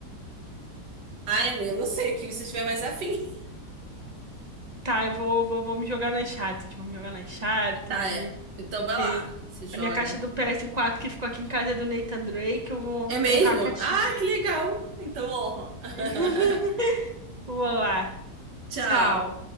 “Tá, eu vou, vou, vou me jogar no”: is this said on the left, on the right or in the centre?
Right